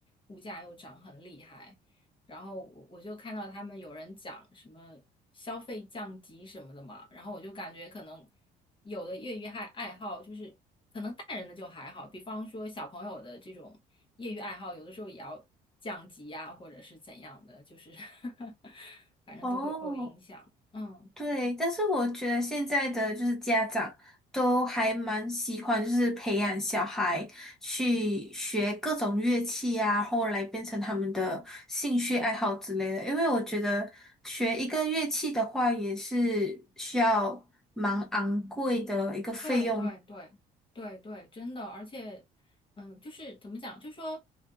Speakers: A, on the left; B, in the centre.
A: 物价又涨很厉害，然后我我就看到他们有人讲什么消费降级什么的嘛，然后我就感觉可能有的业余爱爱好就是大人的就还好，比方说小朋友的这种业余爱好，有的时候也要降级呀、或者是怎样的，就是 <laughs> 反正都会受影响。
B: 哦，
A: 嗯。
B: 对，但是我觉得现在的就是家长都还蛮喜欢，就是培养小孩去学各种乐器啊，后来变成他们的兴趣爱好之类的。因为我觉得学一个乐器的话，也是需要蛮昂贵的一个费用。
A: 对对对对对，真的，而且，嗯，就是怎么讲，就说